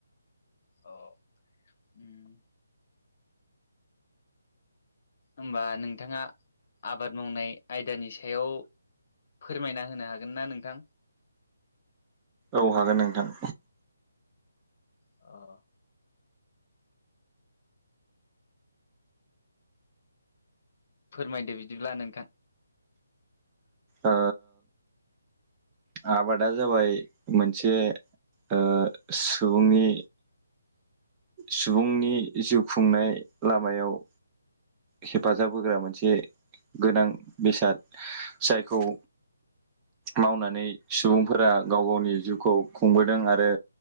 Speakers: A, on the left (about 45°); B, on the right (about 20°).
A: औ उम होनबा नोंथाङा आबाद मावनाय आयदानि सायाव फोरमायना होनो हागोन ना नोंथां?
B: औ हागोन नोंथां।
A: अ फोरमायदो बिदिब्ला नोंथां।
B: ओ आबादा जाबाय मोनसे ओ सुबुंनि सुबुंनि जिउ खुंनाय लामायाव हेफाजाब होग्रा मोनसे गोनां बेसाद जायखौ मावनानै सुबुंफोरा गाव गावनि जिउखौ खुंबोदों आरो